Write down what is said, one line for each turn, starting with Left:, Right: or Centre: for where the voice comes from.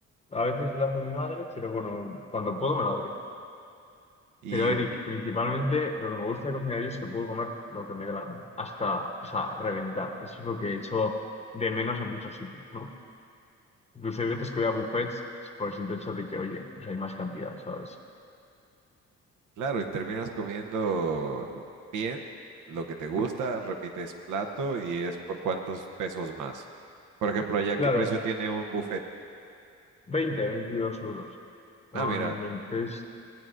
Left: A veces la hace mi madre, pero bueno, cuando puedo me la doy.
Right: y
Left: Pero Eric, principalmente lo que me gusta de cocinar yo es que puedo comer lo que me dé la gana, hasta, o sea, reventar. Eso es lo que he hecho de menos en muchos sitios, ¿no? Incluso hay veces que voy a buffets por el simple hecho de que, oye, pues hay más cantidad, ¿sabes?
Right: claro, y terminas comiendo bien lo que te gusta, repites plato y es por cuántos pesos más. Por ejemplo, allá,
Left: Claro,
Right: ¿qué precio tiene un buffet?
Left: 20 22 euros. Son
Right: Ah, mira,
Left: en tres